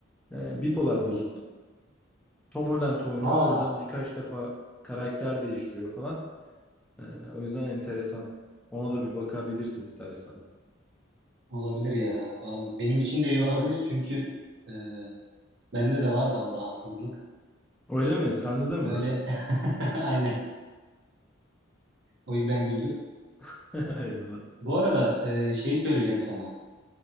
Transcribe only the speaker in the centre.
Ee, bipolar bozukluk. Tom Holland oynuyor.
O yüzden birkaç defa karakter değiştiriyor falan. Ee, o yüzden enteresan. Ona da bir bakabilirsin istersen.
Öyle mi? Sende de mi
var?
<laughs> Aynen.